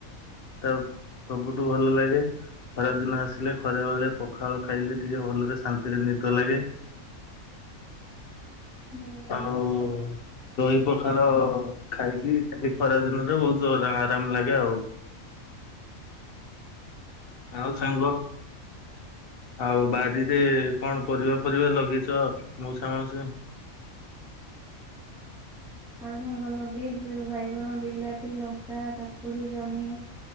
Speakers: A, on the left; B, in the centre.
A: ତ ସବୁଠୁ ଭଲ ଲାଗେ। ଖରା ଦିନ ଆସିଲେ ଖରା ବେଳେ ପଖାଳ ଖାଇଲେ ଟିକେ ଭଲରେ ଶାନ୍ତିରେ ନିଦ ଲାଗେ।
B: ହୁଁ
A: ଆଉ ଦହି ପଖାଳ ଖାଇକି ଖାଲି ଖରା ଦିନରେ ବହୁତୁ ଆରାମ୍ ଲାଗେ ଆଉ। ଆଉ ସାଙ୍ଗ ଆଉ ବାରିରେ କଣ ପରିବା ଫରିବା ଲଗେଇଚ ମଉସା ମାଉସୀଙ୍କ
B: ହଁ ସାଙ୍ଗ ଲଗେଇଚୁ ବାଇଗଣ, ବିଲାତି, ଲଙ୍କା, କାକୁଡ଼ି, ଜହ୍ନି